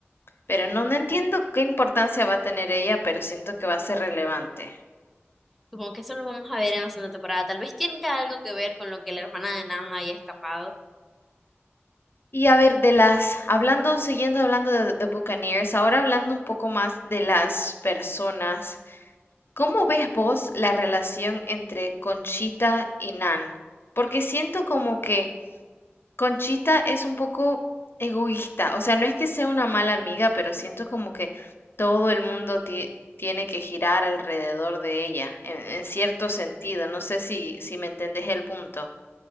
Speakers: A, on the left (about 60°); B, in the centre.
A: Pero no, no entiendo qué importancia va a tener ella, pero siento que va a ser relevante.
B: Supongo que eso lo vamos a ver en la segunda temporada. Tal vez tenga algo que ver con lo que la hermana de Nan haya escapado.
A: Y a ver, de las, hablando, siguiendo hablando de, de Buccaneers, ahora hablando un poco más de las personas ¿Cómo ves vos la relación entre Conchita y Nan? Porque siento como que Conchita es un poco egoísta, o sea, no es que sea una mala amiga, pero siento como que todo el mundo ti- tiene que girar alrededor de ella, en, en cierto sentido, no sé si, si me entendés el punto.